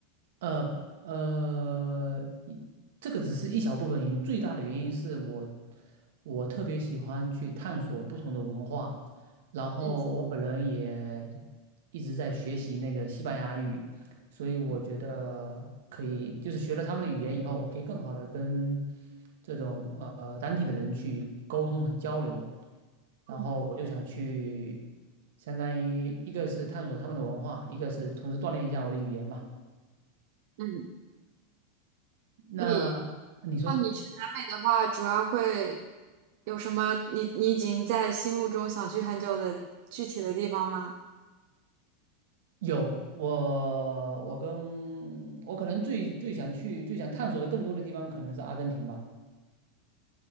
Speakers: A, on the right; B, on the right.
A: 呃呃，一这个只是一小部分原因，最大的原因是我我特别喜欢去探索不同的文化，然后我本人也
B: 嗯
A: 一直在学习那个西班牙语，所以我觉得可以，
B: 嗯
A: 就是学了他们的语言以后，我可以更好的跟这种呃当地的人去沟通和交流，然后我就想去，
B: 嗯
A: 相当于一个是探索他们的文化，一个是同时锻炼一下我的语言吧。
B: 嗯，
A: 那
B: 你，
A: 你说
B: 那你去南美的话，主要会有什么你？你已经在心目中想去很久的具体的地方吗？
A: 有我，我跟我可能最最想去、最想探索的更多的地方，可能是阿根廷吧。